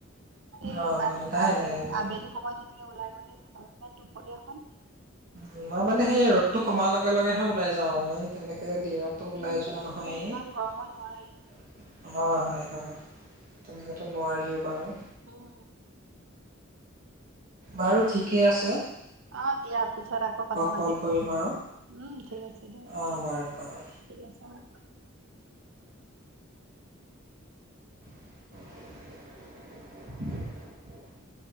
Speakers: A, on the right; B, on the right.
A: সেই
B: অ হয় নাই
A: আ
B: নাই মই
A: আবেলি হবটো ওলাই গ'লে ঘৰৰপা দুপৰীয়াখন
B: মই মানে সেই ৰ'দটো কমাৰ লগে লগেহে ওলাই যাওঁ আৰু তেনেকে দিনতো ওলাই
A: উম
B: যোৱা
A: নহ'লে
B: নহয়
A: ইমান গৰমত নোৱাৰি
B: অ হয় হয় তেনেকেতো নোৱাৰেই বাৰু
A: উম
B: বাৰু ঠিকেই আছে
A: অ দিয়াৰ পিছত আকৌ কথা পাতিম
B: কল কৰিম আৰু
A: উম ঠিক আছে দিয়
B: অঁ বাৰু বাৰু
A: ঠিক আছে ব
B: <inaudible>